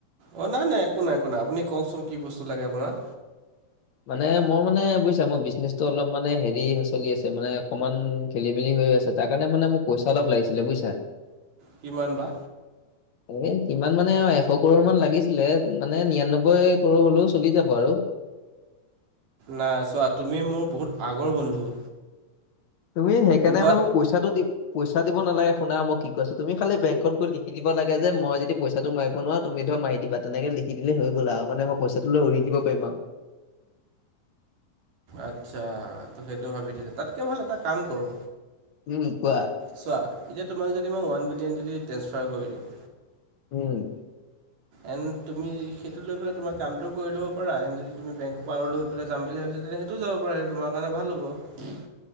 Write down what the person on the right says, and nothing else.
অ, নাই-নাই একো নাই একো নাই আপুনি কওকচোন কি বস্তু লাগে আপোনাক।
কিমান বা।
নাই চোৱা তুমি মোৰ বহুত আগৰ বন্ধু,
তোবা
আচ্ছা, ত' সেইটো ভাবি থৈছে তাতকে ভাল এটা কাম কৰো
চোৱা, এতিয়া তোমাক যদি মই ওৱান বিলিয়েন যদি ট্ৰেন্ঞ্চফাৰ কৰি দিওঁ।
এন তুমি সেইটো লৈ পেলাই তোমাৰ কামটোও কৰি ল'বা পাৰা, এন যদি তুমি বেংকৰ পৰা আৰু লৈ পেলাই যাম বুলি ভাবিছা তেন্তে সেই টো যাব পাৰা সেইটো তোমাৰ কাৰণে ভাল হ'ব।